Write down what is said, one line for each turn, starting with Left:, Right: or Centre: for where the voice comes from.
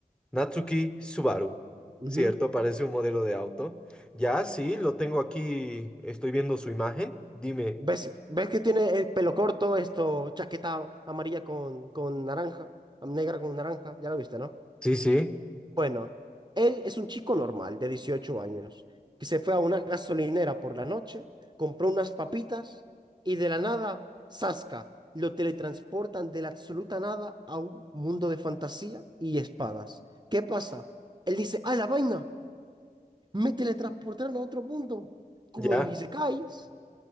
Centre: Natsuki Subaru.
Right: Ujú.
Centre: Cierto, parece un modelo de auto. Ya, sí, lo tengo aquí. Estoy viendo su imagen. Dime.
Right: ¿Ves, ves que tiene el pelo corto, esto, chaqueta amarilla con, con naranja, negra con naranja? Ya lo viste, ¿no?
Centre: Sí, sí,
Right: Bueno, él es un chico normal de 18 años que se fue a una gasolinera por la noche, compró unas papitas y de la nada, ¡zasca! Lo teletransportan de la absoluta nada a un mundo de fantasía y espadas. ¿Qué pasa? Él dice, ¡ah, la vaina! me teletransportaron a otro mundo, como
Centre: ya.
Right: en los isekais.